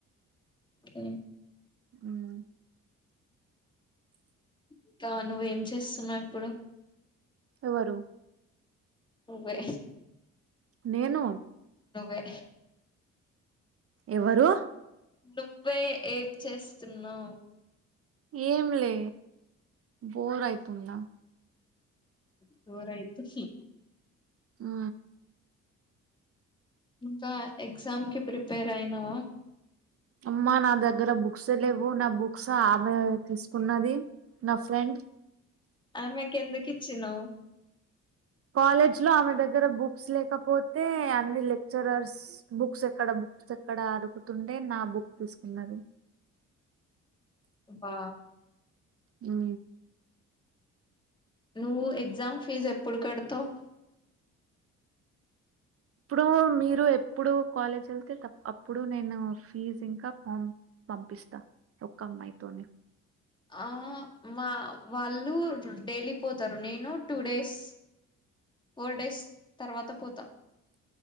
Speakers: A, on the left; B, on the right.
A: అ
B: హ్మ్
A: ఇంకా నువ్వేం చేస్తున్నవు ఇప్పుడు
B: ఎవరు
A: నువ్వే
B: నేను
A: నువ్వే
B: ఎవరు
A: నువ్వే ఏం చేస్తున్నావు
B: ఏంలే బోర్ అయితుందా
A: బోరయితుంది
B: హూ
A: ఇంకా ఎగ్జామ్ కి ప్రిపేర్ అయినావా
B: అమ్మా నా దగ్గర బుక్స్ లేవు నా బుక్స్ ఆమె తీసుకున్నది నా ఫ్రెండ్
A: ఆమెకేందుకిచ్చినవు
B: కాలేజ్ లో ఆమె దగ్గర బుక్స్ లేకపోతే అన్ని లెక్చరర్స్ బుక్స్ ఎక్కడ బుక్స్ అక్కడ అడుకుతుండే నా బుక్ తీసుకున్నడు
A: వా
B: హూ
A: నువ్వు ఎగ్జామ్ ఫీజ్ ఎప్పుడు కడతవు
B: ఇప్పుడు మీరు ఎప్పుడు కాలేజ్ వెళ్తే త అప్పుడు నేను ఫీజ్ ఇంకా ఫమ్ పంపిస్తా ఒక్క అమ్మాయితోనీ
A: ఆ మా వాళ్ళు డైలీ పోతారు నేను టూ డేస్ ఫోర్ డేస్ తర్వాత పోతా